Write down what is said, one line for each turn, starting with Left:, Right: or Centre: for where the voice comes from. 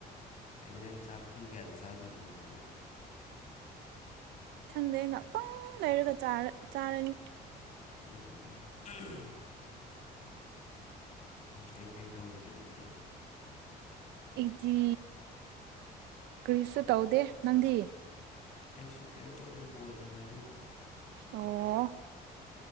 Left: ꯀꯩ ꯅꯪ ꯆꯥꯛ ꯄꯨꯡ ꯀꯌꯥꯗ ꯆꯥꯗꯣꯏꯅꯣ ꯑꯗꯨꯗꯤ
Right: ꯈꯪꯗꯦ ꯉꯥꯛꯇꯪ ꯂꯩꯔꯒ ꯆꯥꯔꯦ ꯆꯥꯔꯅꯤ
Left: ꯎꯝ <unintelligible> ꯀꯩꯀꯩ ꯇꯧꯔꯤꯒꯦ ꯅꯪꯗꯦ
Right: ꯑꯩꯇꯤ ꯀ꯭ꯔꯤꯁꯨ ꯇꯧꯗꯦ ꯅꯪꯗꯤ
Left: ꯑꯩꯁꯨ ꯀꯩꯝ ꯇꯧꯗꯦ ꯕꯣꯜ ꯁꯥꯟꯅꯔꯤꯗꯣ
Right: ꯑꯣ